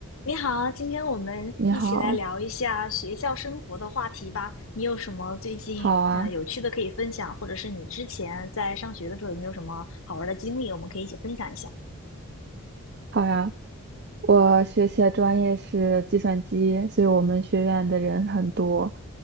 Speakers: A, on the left; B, on the right.
A: 你好，今天我们一起来聊一下学校生活的话题吧。
B: 你好，
A: 你有什么最近呃有趣的可以分享，
B: 好啊，
A: 或者是你之前在上学的时候有没有什么好玩的经历，我们可以一起分享一下。
B: 好呀。我学习的专业是计算机，所以我们学院的人很多，